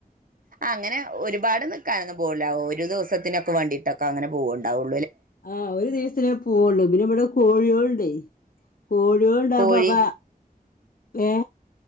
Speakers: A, on the right; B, on the left.
A: ആ അങ്ങനെ ഒരുപാട് നിൽക്കാനൊന്നും പോവൂല്ല ഒരു ദിവസത്തിനൊക്കെ വേണ്ടീട്ടൊക്കെ അങ്ങനെ പോവണ്ടാവുള്ളൂ
B: ആ ഒരു ദിവസത്തിനേ പോവുള്ളൂ പിന്നെ ഇവിടെ കോഴികളൊണ്ടേ കോഴികളുണ്ടാവ
A: കോഴി
B: പപ്പ ഏ